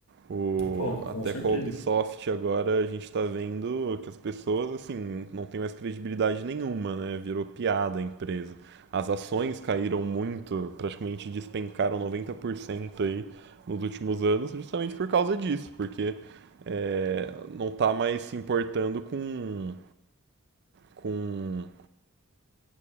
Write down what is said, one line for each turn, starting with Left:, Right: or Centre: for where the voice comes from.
Right: O,
Left: pô, com
Right: até
Left: certeza.
Right: com a Ubisoft agora a gente tá vendo que as pessoas, assim, não tem mais credibilidade nenhuma, né? Virou piada a empresa. As ações caíram muito, praticamente despencaram 90% aí nos últimos anos, justamente por causa disso, porque é, não tá mais se importando com com,